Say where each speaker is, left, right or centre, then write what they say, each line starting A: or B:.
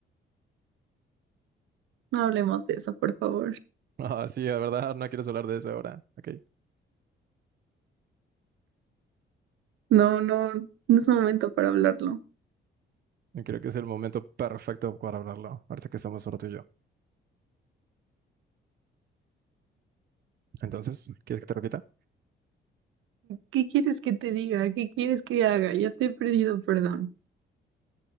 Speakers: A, on the right; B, on the right.
A: No hablemos de eso, por favor.
B: Ah, sí, de verdad, no quieres hablar de eso ahora. Ok.
A: No, no, no es momento para hablarlo.
B: Creo que es el momento perfecto para hablarlo, ahorita que estamos solo tú y yo. Entonces, ¿quieres que te repita?
A: ¿Qué quieres que te diga? ¿Qué quieres que haga? Ya te he pedido perdón.